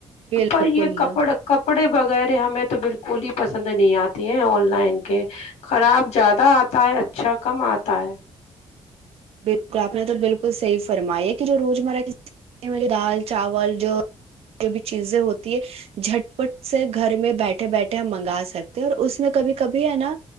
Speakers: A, on the right; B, on the left.
A: بالکل
B: پر یہ کپڑے کپڑے وغیرہ ہمیں تو بالکل کو ہی پسند نہیں آتے ہیں آن لائن کے خراب زیادہ آتا ہے اچھا کم آتا ہے
A: بالکل آپ نے تو بالکل صحیح فرمائی ہے کہ جو روزمرہ کی دال چاول جو جو بھی چیزیں ہوتی ہے جھٹ پٹ سے گھر میں بیٹھے بیٹھے ہم منگا سکتے ہیں اور اس میں کبھی کبھی ہے نا